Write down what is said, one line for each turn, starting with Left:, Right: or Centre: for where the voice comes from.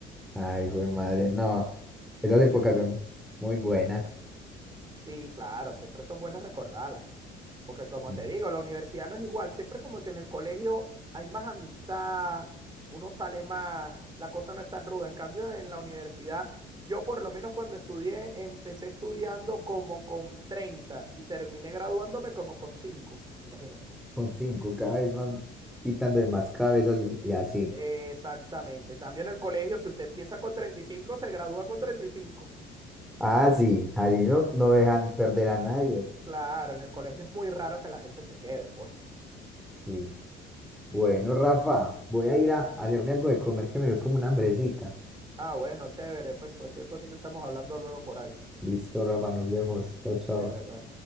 Centre: Ay, jue madre, no. Esas
Right: Sí,
Centre: épocas son muy buenas.
Right: sí, claro, siempre son buenas recordarlas. Porque como
Centre: Sí.
Right: te digo, la universidad no es igual. Siempre como que en el colegio hay más amistad, uno sale más, la cosa no es tan ruda. En cambio, en la universidad, yo por lo menos cuando estudié, empecé estudiando como con 30 y terminé graduándome como con 5. imagínate.
Centre: Con cinco, cada vez van quitando de más cabezas y, y así.
Right: Exactamente. En cambio, en el colegio, si usted empieza con 35 se gradúa con 35.
Centre: Ah, sí, así no, no dejan perder a nadie.
Right: Claro, en el colegio es muy raro que la gente se quede, pues.
Centre: Sí. Bueno, Rafa, voy a ir a hacerme algo de comer que me dio como una hambrecita.
Right: Ah, bueno, chévere, pues cualquier cosita estamos hablando luego por ahí.
Centre: Listo, Rafa, nos vemos. Chao, chao.
Right: Dele, pues.